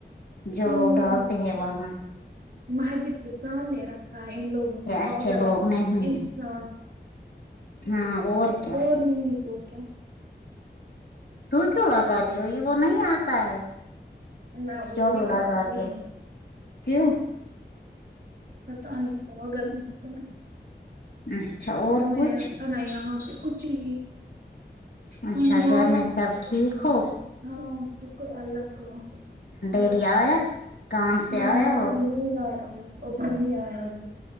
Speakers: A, on the right (about 60°); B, on the left (about 65°).
A: ہوں
B: جو لوگ ڈالتے ہیں وہاں
A: مسجد کے سامنے رکھتا ہے ان لوگوں نے
B: یہ
A: پاگل
B: اچھے لوگ نہیں
A: انسان
B: ہیں ہاں اور کیاا
A: اور نہیں تو کیا
B: تو کیوں بگای ہو یہ وہ نہیں آتا ہے
A: نہ وہ
B: جھاڑو
A: نہیں
B: لگا
A: آتی
B: کے
A: ہے
B: کیوں
A: پتا نہیں پاگل انسان
B: اچھا اور
A: اب میں
B: کچھ
A: نے رکھا نا یہاں پہ کچھ نہیں
B: اچھا
A: تم بولو
B: گھر میں سب ٹھیک ہو
A: ہاں شکر اللہ کا ہ
B: ڈیری آیا کام سے
A: نہ
B: آیا
A: نہ
B: ہو
A: ابھی نہیں آیا ابھی نہیں آیا ہے